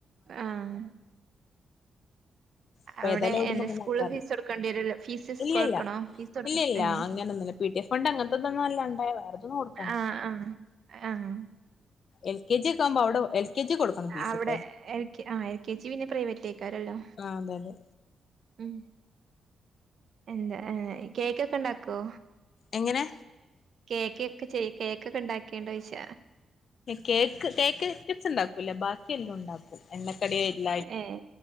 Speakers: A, on the right (about 65°); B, on the left (about 65°).
A: ആഹ്
B: അപ്പൊ
A: അവിടെ
B: ഏതായാലും ഓടുമ്പോ
A: എന്താ
B: അങ്ങനെ
A: സ്കൂള്
B: ആക്കാറില്ല
A: ഫീസ് കൊടുക്കേണ്ടിരൊ ഫീസ് സ്കൂള്
B: ഇല്ലില്ല
A: കൊടുക്കണോ ഫീസ് കൊട്
B: ഇല്ലില്ല
A: ഏ
B: അങ്ങനൊന്നുല്ല പി ടി എ ഫണ്ട് അങ്ങത്തെന്നല്ലാണ്ട വേറെ തൊന്നും കൊടു
A: ആഹ് ആഹ് ആഹ്
B: എൽ കെ ജി കാക്കുംബം അവിടെ എൽ കെ ജി കൊടുക്കണം ഫീസ്ട്ടോ
A: അവിടെ എൽ കെ ആ എൽ കെ ജി പിന്നെ പ്രൈവറ്റ് എഴ്ക്കാരല്ലോ
B: ആ അതെ അതെ
A: ഉം എന്താ കേക്കൊക്കെ ഇണ്ടാക്കോ
B: എങ്ങനെ
A: കേക്ക് ഒക്കെ ചെയ കേക്ക്ക്കെ ഇണ്ടാക്കോണ്ടോ ചോയിച്ച
B: കേക്ക് കേക്ക് റ്റംപ്സ് ഇണ്ടാക്കൂല്ല ബാക്കിയല്ലാം ഇണ്ടാക്കും എണ്ണ കടിയായി
A: ഏ